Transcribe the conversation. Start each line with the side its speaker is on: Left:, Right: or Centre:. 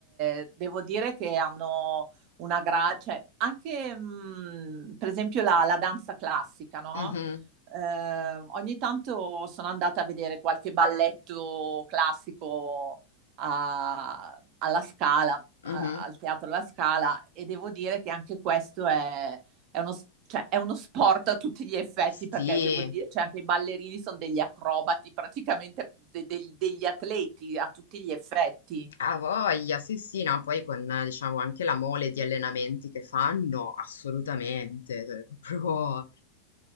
Right: eh, devo dire che hanno una gra... cioè anche mh, per esempio la, la danza classica, no?
Left: Mhm,
Right: Eh, ogni tanto sono andata a vedere qualche balletto classico a- alla Scala,
Left: mhm.
Right: a- al Teatro La Scala e devo dire che anche questo è è uno, s- cioè, è uno sport a tutti gli effetti
Left: Sì,
Right: perché devo dire, cioè anche i ballerini sono degli acrobati, praticamente de- de- degli atleti a tutti gli effetti.
Left: a voglia, sì, sì, no, poi con eh, diciamo anche la mole di allenamenti che fanno, assolutamente, cioè, proprio.